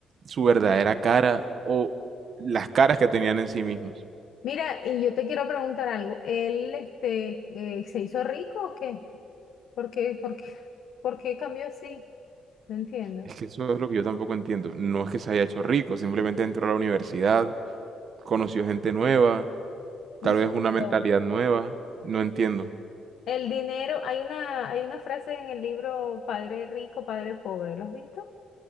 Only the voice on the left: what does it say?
Mira, y yo te quiero preguntar algo. ¿Él, este, eh, se hizo rico o qué? ¿Por qué, por qué, <laughs> por qué cambió así? No entiendo.
Y
se
olvidó.
El dinero, hay una, hay una frase en el libro Padre rico, padre pobre. ¿Lo has visto?